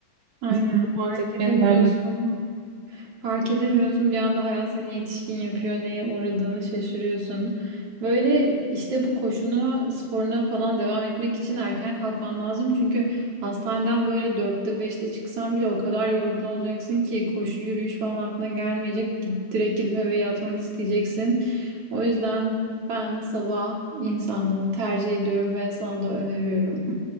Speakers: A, on the right (about 45°); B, on the right (about 80°).
A: Aynen
B: Bu konsept
A: fark
B: beni
A: edemiyorsun.
B: darladı.
A: Fark edemiyorsun bir anda hayat seni yetişkin yapıyor neye uğradığını şaşırıyorsun. Böyle işte bu koşuna sporuna falan devam etmek için erken kalkman lazım. Çünkü hastaneden böyle dörtte beşte çıksan bile o kadar yorgun olacaksın ki koşu yürüyüş falan aklına gelmeyecek. Gid- Direkt gidip eve yatmak isteyeceksin. O yüzden ben sabah insanlığını tercih ediyorum ve sana da öneriyorum.